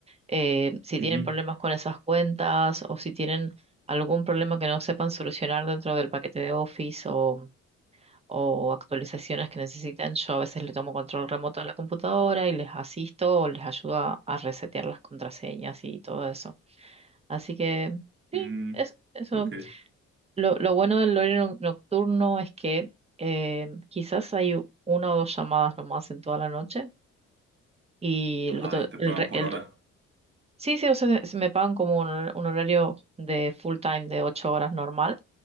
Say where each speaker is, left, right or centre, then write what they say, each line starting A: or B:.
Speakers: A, on the right; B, on the right.
A: eh, si
B: ujú,
A: tienen problemas con esas cuentas o si tienen algún problema que no sepan solucionar dentro del paquete de Office o, o actualizaciones que necesitan, yo a veces le tomo control remoto a la computadora y les asisto o les ayudo a, a resetear las contraseñas y todo eso. Así que sí,
B: mm,
A: es, eso.
B: ok.
A: Lo, lo bueno del horario noc- nocturno es que eh, quizás hay u- una o dos llamadas nomás en toda la noche. Y
B: Ajá,
A: el, otro-
B: y te
A: el
B: pagan
A: re-
B: por
A: el
B: hora.
A: Sí, sí, o sea, se se me pagan como un, hor- un horario de full time de ocho horas normal,